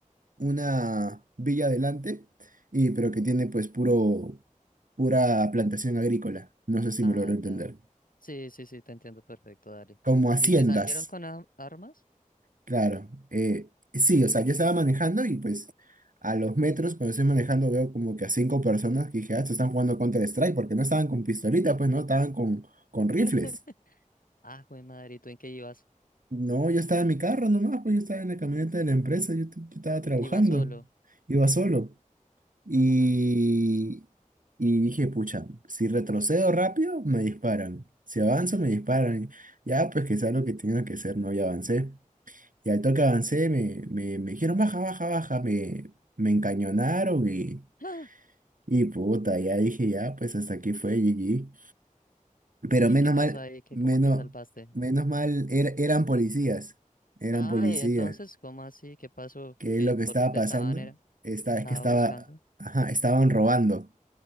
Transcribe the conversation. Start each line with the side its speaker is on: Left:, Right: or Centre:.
Right: una villa adelante, y, pero que tiene pues puro, pura plantación agrícola. No sé si
Left: Ah,
Right: me logro entender.
Left: ya. Sí, sí, sí, te entiendo perfecto, dale.
Right: Como haciendas,
Left: ¿Y te salieron con a- armas?
Right: claro. Eh, sí, o sea, yo estaba manejando y pues a los metros cuando estoy manejando veo como que a cinco personas que dije, ah, estos están jugando Counter-Strike porque no estaban con pistolita, pues no, estaban con, con rifles.
Left: <laughs> Ah, jue madre, ¿y tú en qué ibas?
Right: No, yo estaba en mi carro nomás, pues yo estaba en la camioneta de la empresa, yo, t- yo estaba trabajando,
Left: Ibas solo.
Right: iba solo. Y,
Left: Ajá.
Right: y dije, pucha, si retrocedo rápido, me disparan. Si avanzo, me disparan. Ya, pues que sea lo que tenga que ser, no, ya avancé. Y al toque avancé, me, me, me dijeron baja, baja, baja, me, me encañonaron y,
Left: ¡Ah!
Right: y puta, ya dije, ya, pues hasta aquí fue GG. Pero
Left: ¿Y
Right: menos
Left: qué pasó
Right: mal,
Left: ahí? ¿Qué,
Right: menos,
Left: cómo te salvaste?
Right: menos mal, er- eran policías, eran
Left: Ay,
Right: policías.
Left: entonces, ¿cómo así? ¿Qué pasó?
Right: ¿Qué
Left: ¿Qué,
Right: es lo que
Left: por
Right: estaba
Left: qué te
Right: pasando?
Left: estaban era-
Right: Esta, es
Left: estaba
Right: que estaba,
Left: buscando?
Right: ajá, estaban robando.